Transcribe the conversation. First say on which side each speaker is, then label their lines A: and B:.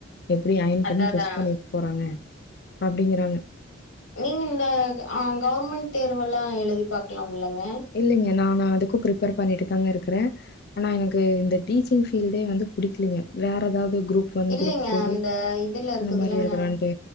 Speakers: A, on the left; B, on the left.
A: எப்டி அயன்
B: அதான்
A: பண்ணி ட்ரெஸ்
B: அதான்
A: பண்ணிட்டு போறாங்க அப்டிங்கறாங்க
B: நீங்க இந்த ஆ கவர்மெண்ட் தேர்வெல்லா எழுதி பாக்கலாம்ல்லங்க
A: இல்லைங்க நான் அதுக்கு ப்ரிப்பேர் பண்ணிட்டு தாங்க இருக்கற ஆனா எனக்கு இந்த டீச்சிங் ஃபீல்டே வந்து புடிக்கலீங்க வேற ஏதாவது குரூப் ஒன்
B: இல்லைங்க.
A: குரூப் டூ
B: அந்த இதுல இருக்குதுல்லங்க.
A: இந்த மாரி எழுதலான்ட்டு